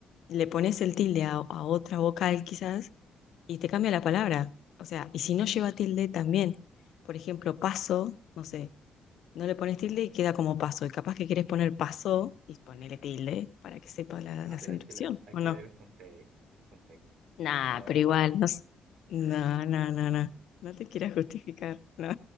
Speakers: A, on the left; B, on the right.
A: le pones el tilde a, a otra vocal quizás y te cambia la palabra. O sea, y si no lleva tilde también, por ejemplo, paso, no sé, no le pones tilde y queda como paso. Y capaz que quieres poner paso y ponerle tilde para que sepa la,
B: Ah,
A: la acentuación,
B: pero hay que leer, hay
A: ¿o
B: que
A: no?
B: leer en contexto, en contexto.
A: Nah,
B: Palabras
A: pero igual,
B: sueltas, claro.
A: no, s- no, <laughs> no, no, no, no te quieras justificar, no,